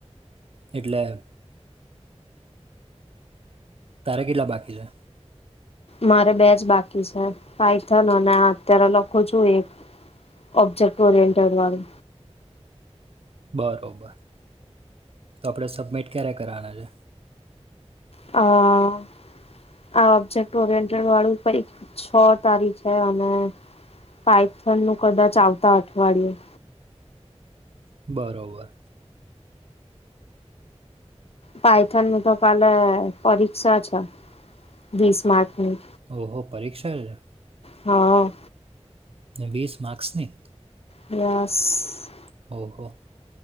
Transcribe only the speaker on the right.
એટલે તારે કિલ્લા બાકી છે?
બરાબર, તો આપણે સબમિટ ક્યારે કરવાના છે?
બરાબર.
ઓહ પરીક્ષા છે.
ને વીસ માર્ક્સને?
ઓહો.